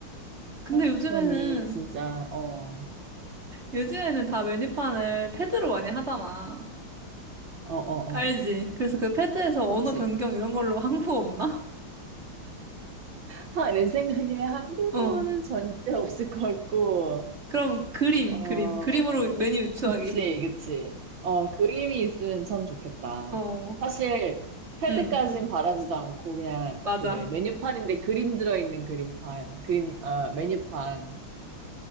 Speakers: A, on the right; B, on the right.
A: 근데
B: 스마트폰이
A: 요즘에는
B: 진짜, 어,
A: 요즘에는 다 메뉴판을 패드로 많이 하잖아.
B: 어, 어,
A: 알지?
B: 어.
A: 그래서 그 패드에서 언어
B: 그치.
A: 변경 이런 걸로 한국어 없나?
B: 하, 내 생각에 한국어는
A: <laughs> 어.
B: 절대 없을 것 같고,
A: 그럼 그림,
B: 어,
A: 그림. 그림으로 메뉴 유추하기.
B: 그치, 그치. 어, 그림이 있으면 참 좋겠다.
A: 어.
B: 사실, 패드까진
A: 응,
B: 바라지도 않고, 그냥
A: 맞아.
B: 그 메뉴판인데 그림 들어있는 그림판, 그림, 아, 메뉴판.